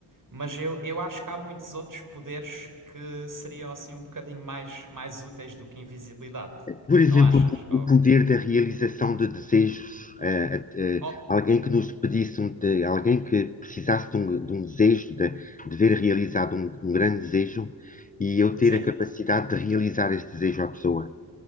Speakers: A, on the right (about 45°); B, on the left (about 20°).
A: Mas eu, eu acho que há muitos outros poderes que seriam assim um bocadinho mais, mais úteis do que invisibilidade.
B: Por exemplo,
A: Não achas?
B: o
A: Ou,
B: poder da realização de desejos. eh, eh,
A: oh,
B: alguém que nos pedisse, um, de- alguém que precisasse de um, de um desejo, de, de ver realizado um, um grande desejo, e eu ter
A: sim,
B: a capacidade de realizar esse desejo à pessoa.